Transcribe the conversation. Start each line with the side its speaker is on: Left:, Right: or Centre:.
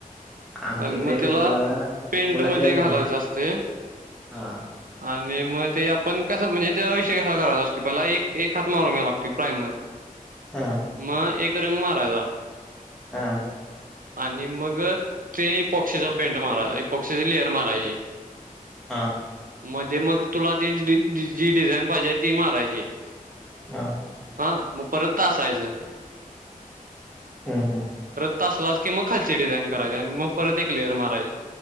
Centre: आमच्या
Right: आणि
Centre: इथल्या
Right: मग
Centre: एका
Right: त्याला
Centre: मुलाला
Right: पेंट
Centre: मुलाच्या
Right: मध्ये
Centre: का
Right: घालायचं
Centre: नाही
Right: असते
Centre: हा
Right: आणि मग ते आपण कसं म्हणजे त्याचा विषय कसा करायचा असतो पहिला एक एक हात मारून घ्यायला लागतोय प्राईमर.
Centre: हा
Right: म एक रंग मारायचा
Centre: हा
Right: आणि मग ते इपॉक्सीचा पेंट माराय इपॉक्सीची लेअर मारायची
Centre: हा
Right: मध्ये मग तुला <unintelligible> जी डिझाईन पाहिजे ती मारायची
Centre: हा
Right: हा मग परत तासायचं
Centre: हम्म हम्
Right: तासलास की मग खालची डिझाईन करायची आणि मग परत एक लेयर मारायची